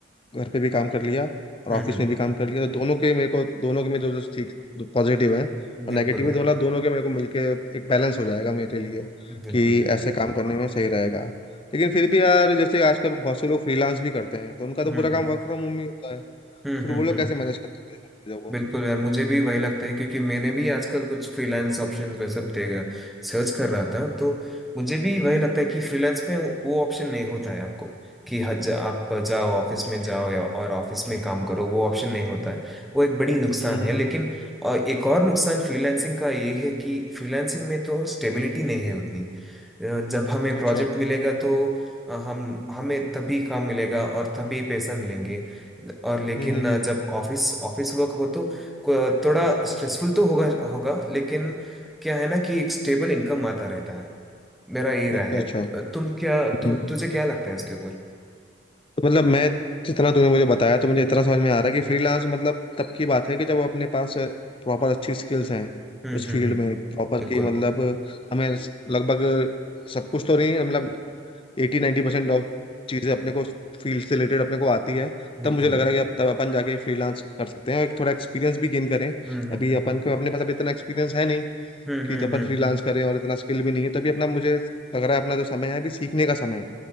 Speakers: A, on the left; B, in the centre.
A: घर पे भी काम कर लिया और
B: हम्म
A: ऑफिस
B: हम्म
A: में भी काम कर लिया तो दोनों के मेरे को दोनों के में जो जो ठीक पॉजिटिव है और
B: बिल्कुल
A: नेगेटिव
B: यार
A: है दोनों दोनों के मेरे को मिलके एक बैलेंस हो जाएगा मेरे लिए
B: बिल्कुल
A: कि
B: बिल्कुल
A: ऐसे काम करने में सही रहेगा लेकिन फिर भी यार जैसे आजकल बहुत से लोग फ्रीलांस भी करते हैं तो उनका
B: हम्म
A: तो पूरा
B: हम्म
A: काम वर्क फ्रॉम होम ही होता है
B: हम्म
A: फिर
B: हम्म
A: वो लोग
B: हम्म,
A: कैसे मैनेज करते हैं ये सब चीजों को
B: बिल्कुल यार मुझे भी वही लगता है क्योंकि मैंने भी आजकल कुछ फ्रीलांस ऑप्शंस वैसे सब देगा सर्च कर रहा था तो मुझे भी वही लगता है कि फ्रीलांस में वो ऑप्शन नहीं होता है आपको कि हज आप जाओ ऑफिस में जाओ या और ऑफिस में काम करो वो ऑप्शन नहीं होता है वो एक बड़ी नुकसान
A: हम्म
B: है
A: हम्म,
B: लेकिन अ, एक और नुकसान फ्रीलांसिंग का ये है कि फ्रीलांसिंग में तो स्टेबिलिटी नहीं है उतनी अ, जब हमें
A: अच्छा
B: प्रोजेक्ट मिलेगा तो अ, हम हमें तभी काम मिलेगा और तभी पैसा मिलेंगे और लेकिन
A: हम्म हम्म
B: अ,
A: हम्म,
B: जब ऑफिस ऑफिस वर्क हो तो को- थोड़ा स्ट्रेसफुल तो होगा होगा लेकिन क्या है ना कि एक स्टेबल इनकम आता रहता है मेरा ये राय
A: अच्छा
B: है
A: अच्छा
B: तुम क्या तु,
A: हम्म
B: तुझे क्या लगता है इसके ऊपर
A: तो मतलब मैं जितना तूने मुझे बताया तो मुझे इतना समझ में आ रहा है कि फ्रीलांस मतलब तब की बात है कि जब अपने पास प्रॉपर अच्छी स्किल्स हैं
B: हम्म
A: उस
B: हम्म
A: फील्ड
B: हम्म
A: में प्रॉपर
B: बिल्कुल
A: की मतलब हमें लगभग सब कुछ तो नहीं मतलब एटी 90% परसेंट ऑफ चीज़ें अपने को फील्ड से रिलेटेड अपने को आती है तब
B: बिल्कुल
A: मुझे लग
B: यार
A: रहा है कि अब तब अपन जाके फ्रीलांस कर सकते हैं और एक थोड़ा एक्सपीरियंस भी गेन करें
B: हम्म हम्म
A: अभी
B: हम्म
A: अपन को अपने पास अभी इतना एक्सपीरियंस है नहीं
B: हम्म
A: कि
B: हम्म
A: जब
B: हम्म
A: अपन फ्रीलांस करें और इतना स्किल भी नहीं है तभी अपना मुझे लग रहा है अपना जो समय है अभी सीखने का समय है